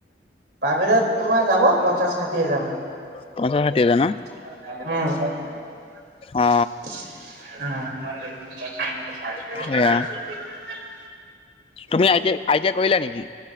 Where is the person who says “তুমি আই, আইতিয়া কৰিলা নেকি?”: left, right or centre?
Left